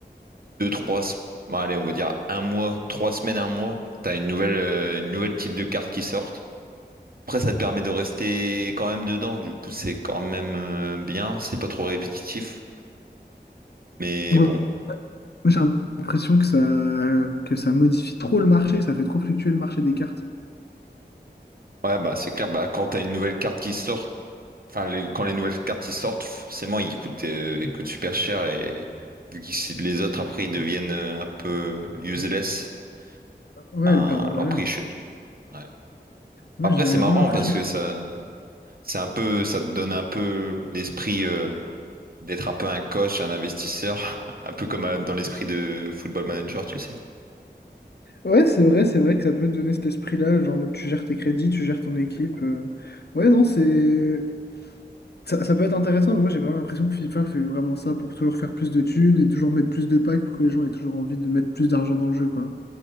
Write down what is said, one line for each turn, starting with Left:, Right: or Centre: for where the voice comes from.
Right: deux trois se- bon, allez on va dire un mois, trois semaines, un mois, t'as une nouvelle euh, une nouvelle type de carte qui sortent. Après ça te permet de rester quand même dedans, du coup c'est quand même euh, bien, c'est pas trop répétitif. Mais
Left: Moi,
Right: bon.
Left: moi, j'ai l'impression que ça, que ça modifie trop le marché, ça fait trop fluctuer le marché des cartes.
Right: Ouais bah c'est clair, bah quand t'as une nouvelle carte qui sort, enfin les- quand les nouvelles cartes qui sortent, forcément ils coûtent, euh, ils coûtent super cher et vu que les autres après ils deviennent euh, un peu useless,
Left: Ouais,
Right: hein,
Left: elles perdent en valeur.
Right: leur prix chute. Ouais.
Left: Moi,
Right: Après,
Left: j'ai
Right: c'est
Left: vraiment
Right: marrant
Left: l'impression
Right: parce que
Left: que.
Right: ça, c'est un peu, ça te donne un peu l'esprit euh, d'être un peu un coach, un investisseur, <laughs> un peu comme euh, dans l'esprit de Football Manager, tu sais.
Left: Ouais, c'est vrai, c'est vrai que ça peut te donner cet esprit-là, genre en mode, tu gères tes crédits, tu gères ton équipe. euh, Ouais, non, c'est... Ça, ça peut être intéressant, mais moi j'ai vraiment l'impression que FIFA fait vraiment ça pour toujours faire plus de thunes et toujours mettre plus de packs pour que les gens aient toujours envie de mettre plus d'argent dans le jeu, quoi.